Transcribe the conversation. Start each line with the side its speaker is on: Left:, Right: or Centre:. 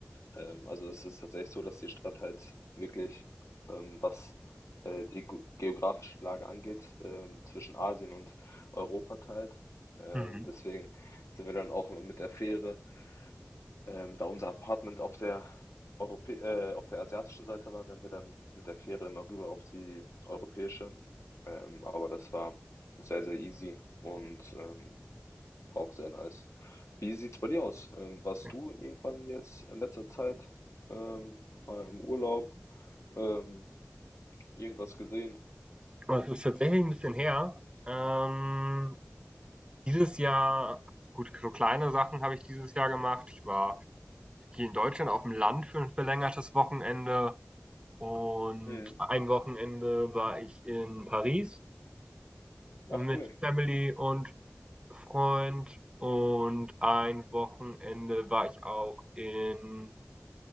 Left: Ähm, also es ist tatsächlich so, dass die Stadt halt wirklich, ähm, was äh, die gu- geografische Lage angeht, ähm, zwischen Asien und Europa teilt. Ähm,
Right: Mhm.
Left: deswegen sind wir dann auch immer mit der Fähre, ähm, da unser Apartment auf der Europä äh, auf der asiatischen Seite war, sind wir dann mit der Fähre immer rüber auf die europäische. Ähm, aber das war sehr, sehr easy und ähm, auch sehr nice. Wie sieht's bei dir aus? Ähm, warst
Right: Ja.
Left: du irgendwann jetzt in letzter Zeit ähm, mal im Urlaub ähm, irgendwas gesehen?
Right: Aber es ist tatsächlich ein bisschen her. Ähm, Dieses Jahr gut, so kleine Sachen habe ich dieses Jahr gemacht. Ich war hier in Deutschland auf dem Land für ein verlängertes Wochenende und
Left: Mhm.
Right: ein Wochenende war ich in Paris mit
Left: Ach cool.
Right: Family und Freund und ein Wochenende war ich auch in